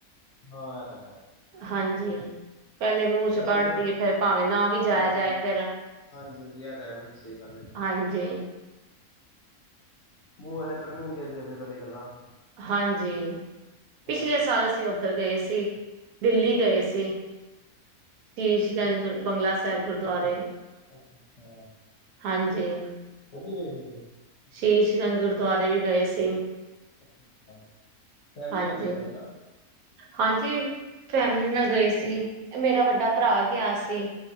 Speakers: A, on the left (about 55°); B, on the right (about 75°).
A: ਹਾਂ ਇਹ ਤਾਂ ਹੈ।
B: ਹਾਂਜੀ ਪਹਿਲੇ ਮੂੰਹ ਚ
A: ਮੈਂ ਸੰਗਤ
B: ਕੱਢਦੀਏ ਫਰ ਭਾਵੇਂ ਨਾ ਵੀ ਜਾਇਆ
A: ਹਾਂਜੀ
B: ਜਾਏ ਫੇਰ
A: ਹਾਂਜੀ, ਇਹ ਤਾਂ ਹੈ ਬਿਲਕੁਲ ਸਹੀ ਗੱਲ ਹੈ।
B: ਹਾਂਜੀ
A: ਮੂੰਹ ਐ ਕਰਨੀ ਹੁੰਦੀ ਚਾਹੀਦੀ ਵੈਸੀ ਪਹਿਲੀ ਗੱਲਾਂ।
B: ਹਾਂਜੀ, ਪਿਛਲੇ
A: ਹਾਂਜੀ,
B: ਸਾਲ ਅਸੀਂ ਔ ਦਰ ਗਏ ਸੀ ਦਿੱਲੀ ਗਏ ਸੀ ਸ਼ੀਸ਼ ਗੰਜ ਗੁਰ ਬੰਗਲਾ ਸਾਹਿਬ। ਸਾਹਿਬ ਗੁਰਦੁਆਰੇ।
A: ਅੱਛਾ-ਅੱਛਾ?
B: ਹਾਂਜੀ
A: <unintelligible>
B: ਸ਼ੀਸ਼ ਗੰਜ ਗੁਰਦੁਆਰੇ ਵੀ ਗਏ ਸੀ।
A: ਅੱਛਾ ਅੱਛਾ ਫੈਮਲੀ
B: ਹਾਂਜੀ
A: ਨਾਲ ਗਏ ਹੋਣੇ ਹਨਾ?
B: ਹਾਂਜੀ ਫੈਮਲੀ ਨਾਲ ਗਏ ਸੀ। ਮੇਰਾ ਵੱਡਾ ਭਰਾ ਗਿਆ ਸੀ।